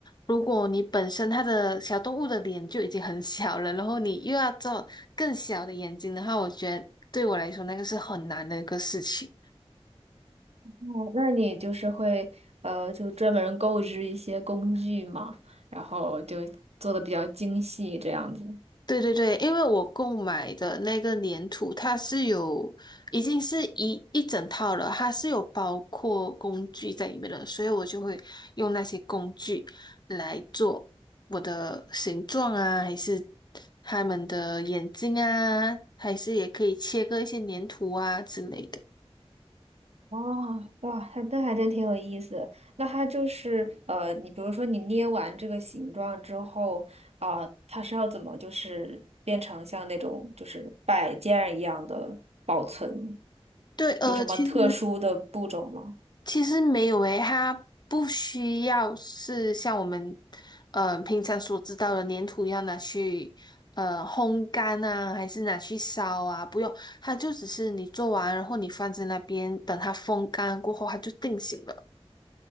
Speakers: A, on the left (about 40°); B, on the right (about 80°).
A: 如果你本身它的小动物的脸就已经很小了，然后你又要做更小的眼睛的话，我觉得对我来说那个是很难的一个事情。
B: 哦，那你就是会呃，就专门购置一些工具嘛，然后就做的比较精细这样子。
A: 对对对，因为我购买的那个粘土，它是有已经是一一整套了，它是有包括工具在里面的，所以我就会用那些工具来做我的形状啊，还是他们的眼睛啊，还是也可以切割一些粘土啊之类的。
B: 哇哇，还那还真挺有意思的那它就是呃，你比如说你捏完这个形状之后啊，它是要怎么就是变成像那种就是摆件儿一样的保存？
A: 对，呃，
B: 有什么特殊的步骤吗？
A: 其实。其实没有诶，它不需要是像我们呃平常所知道的粘土一样拿去呃烘干啊，还是拿去烧啊，不用，它就只是你做完，然后你放在那边，等它风干过后，它就定型了。